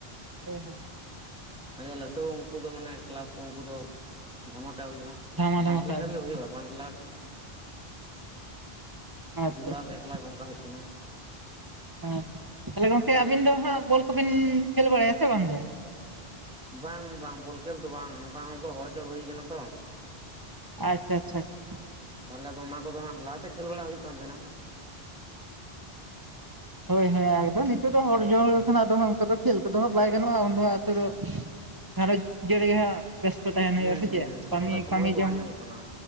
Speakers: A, on the right; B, in the centre.
A: ᱦᱮᱸ ᱦᱮᱸ
B: ᱟᱪᱪᱷᱟ ᱞᱟᱹᱴᱩ ᱩᱱᱠᱩ ᱫᱚ ᱢᱟᱱᱮ ᱠᱞᱟᱵᱽ ᱠᱚ ᱩᱱᱠᱩ ᱫᱚ ᱫᱷᱟᱢᱟᱠᱟ ᱦᱩᱭᱩᱜᱼᱟ
A: ᱫᱷᱟᱢᱟ ᱫᱷᱟᱢᱟ
B: ᱯᱟᱸᱪ
A: ᱠᱟ
B: ᱞᱟᱠᱷ
A: ᱮᱠᱫᱚᱢ
B: ᱦᱟᱹᱵᱤᱡ ᱦᱩᱭᱩᱜᱼᱟ ᱯᱟᱸᱪ ᱞᱟᱠᱷ
A: ᱟᱪᱪᱷᱟ
B: ᱫᱩ ᱞᱟᱠᱷ
A: ᱟᱪᱪᱷᱟ ᱸᱸ
B: ᱮᱠ ᱞᱟᱠᱷ ᱚᱱᱠᱟ ᱦᱩᱭᱩᱜ ᱛᱟᱦᱮᱱᱟ
A: ᱟᱷᱟ ᱛᱟᱦᱚᱞᱮ ᱜᱚᱝᱠᱮ ᱟᱹᱵᱤᱱ ᱫᱚ ᱦᱟᱸᱜ ᱵᱚᱞ ᱠᱚᱵᱤᱱ ᱠᱷᱮᱞ ᱵᱟᱲᱟᱭᱟ ᱥᱮ ᱵᱟᱝ ᱜᱮ
B: ᱵᱟᱝ ᱵᱟᱝ ᱵᱚᱞ ᱠᱷᱮᱞ ᱫᱚ ᱵᱟᱝ ᱱᱚᱝ ᱠᱟᱱ ᱦᱚᱲ ᱫᱚ ᱦᱚᱲ ᱡᱚᱲ ᱦᱩᱭ ᱟᱠᱟᱱᱟ ᱛᱚ
A: ᱟᱼᱪᱪᱷᱟ ᱪᱷᱟ ᱪᱷᱟ
B: ᱛᱟᱦᱚᱞᱮ ᱫᱚ ᱚᱱᱟ ᱠᱚ ᱫᱚ ᱦᱟᱸᱜ ᱞᱟᱦᱟᱛᱮ ᱠᱷᱮᱞ ᱵᱟᱲᱟ ᱦᱩᱭᱩᱜ ᱠᱟᱱ ᱛᱟᱦᱮᱱᱟ
A: ᱦᱳᱭ ᱦᱳᱭ ᱟᱫᱚ ᱱᱤᱛᱚᱜ ᱫᱚ ᱦᱚᱲ ᱡᱚᱝ ᱠᱷᱟᱫᱚ ᱚᱱᱠᱟ ᱫᱚ ᱪᱮᱫ ᱞᱮᱠᱟ ᱫᱚ ᱦᱟᱸᱜ ᱵᱟᱭ ᱜᱟᱱᱚᱜᱼᱟ ᱩᱱᱛᱳ ᱫᱚ ᱛᱟᱨ ᱡᱤ ᱦ ᱵᱮᱥᱛᱚ ᱛᱟᱦᱮᱱ
B: ᱦᱩᱸ
A: ᱦᱩᱭᱩᱜᱼᱟ ᱥᱮ
B: ᱦᱩᱸ
A: ᱪᱮᱫ
B: ᱮᱠᱷᱚᱱ
A: ᱠᱟᱹᱢᱤ
B: ᱚᱱᱠᱟ ᱥᱚᱢᱚᱭ
A: ᱠᱟᱹᱢᱤ
B: ᱠᱚ
A: ᱡᱚᱱ
B: ᱵᱟᱝ ᱧᱟᱢᱚᱜ ᱠᱟᱱᱟ